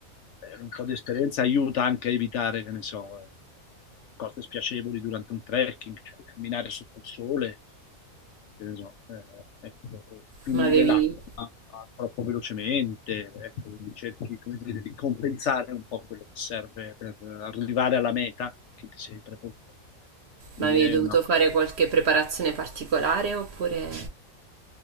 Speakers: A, on the left (about 65°); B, on the right (about 55°).
A: eh, un po' di esperienza aiuta anche a evitare, che ne so, eh, cose spiacevoli durante un trekking, cioè camminare sotto il sole che ne so, eh, ecco, finire
B: Ma avevi,
A: l'acqua troppo velocemente, ecco, quindi cerchi, come dire, di compensare un po' quello che serve per arrivare alla meta che ti sei preposto. Quindi
B: ma avevi
A: è
B: dovuto
A: una...
B: fare qualche preparazione particolare oppure...